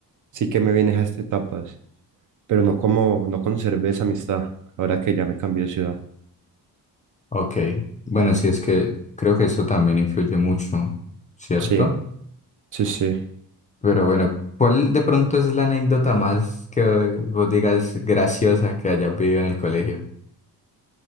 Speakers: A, on the right; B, on the left.
A: Sí que me vienes a estas etapas, pero no como, no conservé esa amistad ahora que ya me cambié de ciudad.
B: Ok, bueno, sí es que creo que eso también influye mucho, ¿cierto?
A: Sí, sí, sí.
B: Pero bueno, ¿cuál de pronto es la anécdota más que vos digas graciosa que hayas vivido en el colegio?